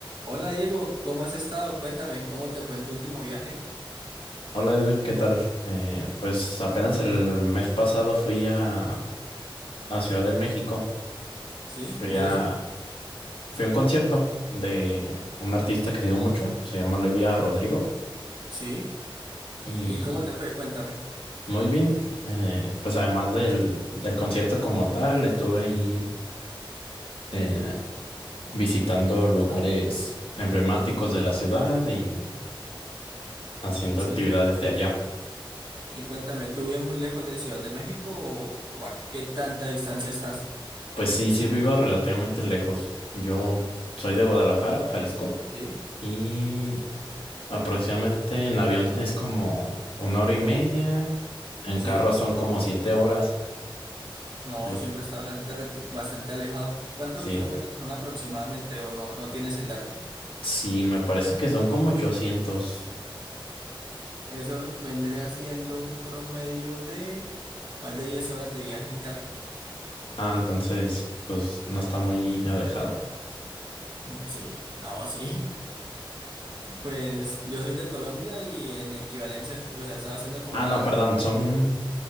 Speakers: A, on the right; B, on the left.
A: Hola Diego, ¿cómo has estado? Cuéntame, ¿cómo te fue en tu último viaje?
B: Hola Edwin, ¿qué tal? Eh, pues apenas
A: Bien,
B: el
A: bien.
B: mes pasado fui a, a Ciudad de México.
A: ¿Sí?
B: Fui
A: ¿Y
B: a,
A: eso?
B: fui a un concierto de un artista que dio mucho, se llama Olivia Rodrigo.
A: Sí.
B: Y
A: ¿Y cómo te fue? Cuéntame.
B: muy bien, eh, pues además del, del concierto como tal, estuve ahí eh, visitando lugares emblemáticos de la ciudad y haciendo
A: Sí.
B: actividades de allá.
A: Y cuéntame, ¿tú vives muy lejos de Ciudad de México o, o a qué tanta distancia estás?
B: Pues sí, sí vivo relativamente lejos. Yo soy de Guadalajara, Jalisco.
A: Sí.
B: Y Aproximadamente en avión es como una hora y media, en
A: Sí.
B: carro son como siete horas.
A: No,
B: En-
A: siempre está bastante, reti- bastante alejado. ¿Cuántos
B: sí,
A: kilómetros son aproximadamente o no, no tienes el dato?
B: sí, me parece que son como ochocientos
A: Eso vendría siendo un promedio de más de 10 horas de viaje en carro.
B: Ah, entonces, pues no está muy alejado.
A: Mm, Sí, no, <laughs> sí. Pues yo soy de Colombia y en equivalencias, que- o sea, estaba haciendo como
B: Ah,
A: la...
B: no, perdón, son